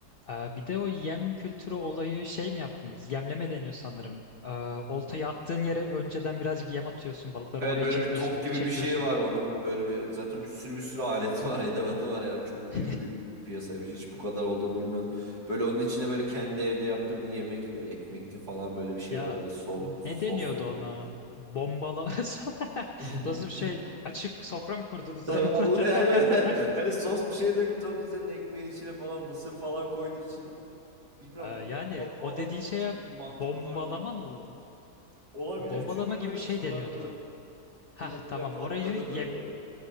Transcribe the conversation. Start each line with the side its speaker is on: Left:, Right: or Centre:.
Left: Eee, bir de o yem kültürü olayı şey mi yaptınız? Yemleme deniyor sanırım. Eee oltayı attığın yere önceden birazcık yem atıyorsun. Balıkları
Right: Evet
Left: oraya
Right: böyle
Left: çekiyorsun
Right: bir top
Left: böyle
Right: gibi
Left: çekiyorsun.
Right: bir şey var onun böyle bir zaten bir sürü bir sürü aleti var edevatı var yani çok
Left: <laughs>
Right: büyük bir piyasaymış hiç bu kadar olduğunu bilmiyordum. Böyle onun içine böyle kendi evde yaptığı bir yemek böyle ekmekli falan böyle bir şey
Left: Ya
Right: var bir de sol, sos
Left: ne deniyordu
Right: döktü.
Left: ona? Bombala. <laughs>
Right: <laughs>
Left: Nasıl bir şey? Açık sofra mı kurdunuz
Right: Vallahi
Left: hayvanlara?
Right: yani
Left: <laughs>
Right: <laughs> hani sos bir şey döktü onun üzerine ekmeğin içine falan mısır falan koydu içine. Bilmiyorum
Left: Ee, yani
Right: balama
Left: o
Right: olabilir
Left: dediği
Right: Yani
Left: şeye
Right: çünkü mantık
Left: bombalama
Right: olarak böyle
Left: mı?
Right: olabilir
Left: Bombalama
Right: çünkü
Left: gibi
Right: böyle
Left: bir şey
Right: fırlattı.
Left: deniyordu. Hah
Right: Fırlattı
Left: tamam
Right: ve patladı
Left: orayı yem...
Right: böyle oraya.